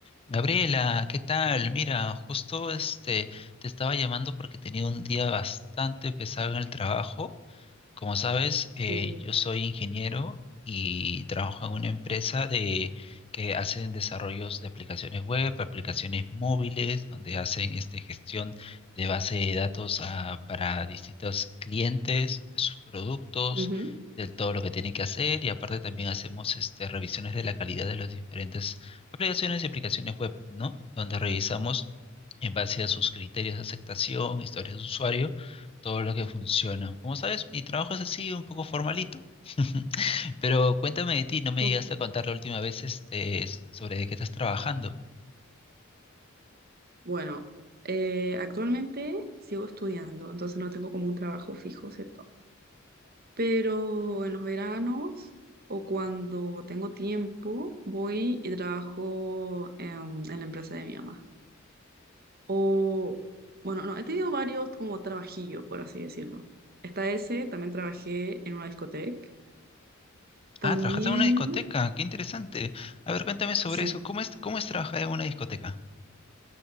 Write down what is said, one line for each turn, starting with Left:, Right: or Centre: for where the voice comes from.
Left: Gabriela, ¿qué tal? Mira, justo este te estaba llamando porque tenía un día bastante pesado en el trabajo como sabes, eh,
Right: Eh,
Left: yo soy ingeniero y trabajo en una empresa de, que hacen desarrollos de aplicaciones web, aplicaciones móviles, donde hacen este, gestión de base de datos ah, para distintos clientes, de sus productos,
Right: ujú,
Left: de todo lo que tienen que hacer. Y aparte también hacemos este, revisiones de la calidad de las diferentes aplicaciones y aplicaciones web, ¿no? Donde revisamos en base a sus criterios de aceptación, historias de usuario todo lo que funciona. Como sabes, mi trabajo es así, un poco formalito. <laughs> Pero cuéntame de ti, no me
Right: ok.
Left: llegaste a contar la última vez este, sobre de qué estás trabajando.
Right: Bueno, eh, actualmente sigo estudiando, entonces no tengo como un trabajo fijo, ¿cierto? Pero en los veranos o cuando tengo tiempo, voy y trabajo em, en, la empresa de mi mamá. O, bueno, no, he tenido varios como trabajillos, por así decirlo. Está ese, también trabajé en una discoteca. También,
Left: Ah, trabajaste en una discoteca, qué interesante. A ver, cuéntame sobre
Right: sí,
Left: eso. ¿Cómo es, cómo es trabajar en una discoteca?